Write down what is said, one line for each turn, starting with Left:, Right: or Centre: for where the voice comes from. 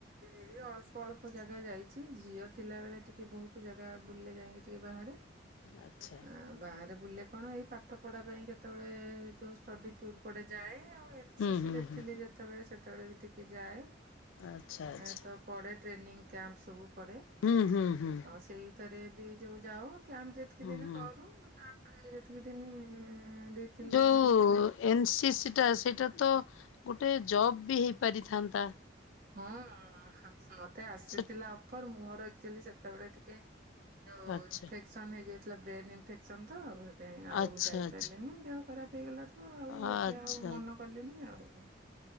Right: ଏଇ ଅଳ୍ପ ଅଳ୍ପ ଜାଗା ଯାଇଛି, ଝିଅ ଥିଲା ବେଳେ ଟିକେ ବହୁତ ଜାଗା ବୁଲିଲେ ଯାଇକି ଟିକେ ବାହାରେ
Left: ଆଚ୍ଛା
Right: ଆ ବାହାରେ ବୁଲିଲେ କଣ ଏଇ ପାଠ ପଢ଼ା ପାଇଁ କେତେବେଳେ ଯୋଉ ଷ୍ଟଡି ଟୁୁର ପଡେ ଯାଏ ଆଉ ଏନସିସି
Left: ହୁଁ ହୁଁ
Right: ରେ
Left: ହୁଁ।
Right: ଥିଲି ଯେତେବେଳେ ସେତେବେଳେ ବି ଟିକେ ଯାଏ।
Left: ଆଚ୍ଛା ଆଚ୍ଛା
Right: ଏ ତ ପଡେ ଟ୍ରେନିଂ କ୍ୟାମ୍ପ ସବୁ ପଡେ,
Left: ହୁଁ ହୁଁ ହୁଁ
Right: ତ ସେଇ ଭିତରେ ବି ଯଉ ଯାଉ କ୍ୟାମ୍ପ ଯେତିକି
Left: ହୁଁ
Right: ଦିନ
Left: ହୁଁ।
Right: କରୁ, ତାପରେ ଯେତିକି ଦିନି ଦି ତିନି
Left: ଯୋଉ
Right: ଦିନି ଆମକୁ
Left: ଏନ୍ ସି ସିଟା ସେଇଟା ତ ଗୋଟେ ଜବ୍ ବି ହେଇପାରିଥାନ୍ତା?
Right: ହଁ, ମତେ ଆସିଥିଲା
Left: ସେ
Right: ଅଫର ମୋର ଆକଚୁଆଲି ସେତେବେଳେ ଟିକେ ଯଉ
Left: ଆଚ୍ଛା
Right: ଇନଫେକ୍ସନ ହେଇଯାଇଥିଲା ବ୍ରେନ ଇନଫେକ୍ସନ ତ ସେ ଏତେ ଆଉ
Left: ଆଚ୍ଛା
Right: ଯାଇପାରିଲିନି
Left: ଆଚ୍ଛା
Right: ଦେହ ଖରାପ ହେଇଗଲା ତ ଆଉ
Left: ଆଚ୍ଛା
Right: ଏତେ ଆଉ ମନ କଲିନି ଆଉ।